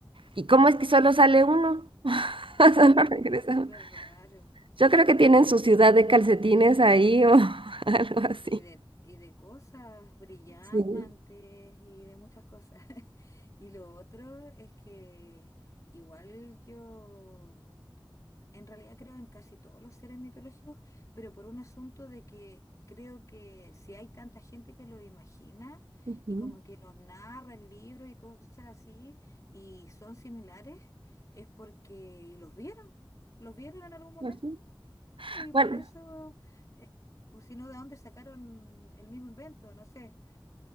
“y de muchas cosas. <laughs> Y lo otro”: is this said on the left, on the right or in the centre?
Left